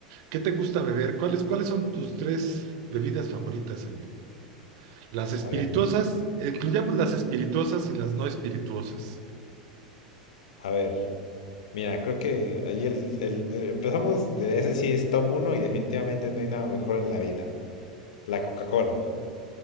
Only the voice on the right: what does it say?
¿Qué te gusta beber? ¿Cuáles, cuáles son tus tres bebidas favoritas, amigo? Las espirituosas,
incluyamos las espirituosas y las no espirituosas.